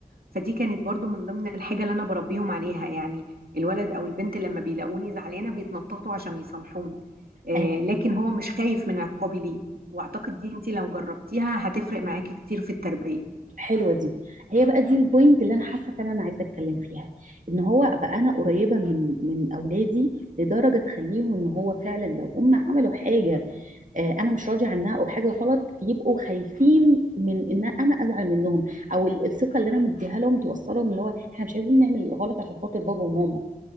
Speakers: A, on the right (about 80°); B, on the right (about 60°).
A: فدي كانت برضو من ضمن الحاجة اللي أنا بربيهم عليها يعني الولد أو البنت لما بيلاقوني زعلانة بيتنططوا عشان يصالحوني آه
B: أيوة.
A: لكن هو مش خايف من عقابي ليه وأعتقد دي أنت لو جربتيها هتفرق معاكي كتير في التربية
B: حلوه دي هي بقى دي البوينت اللي انا حاسه فعلا انا عايزه اتكلم فيها ان هو بقى انا قريبه من من اولادي لدرجه تخليهم ان هو فعلا لو هم عملوا حاجه آه، انا مش راضي عنها او حاجه غلط يبقوا خايفين من ان انا ازعل منهم او ال- الثقه اللي انا مديها لهم توصلهم اللي هو احنا مش عايزين نعمل الغلط عشان خاطر بابا وماما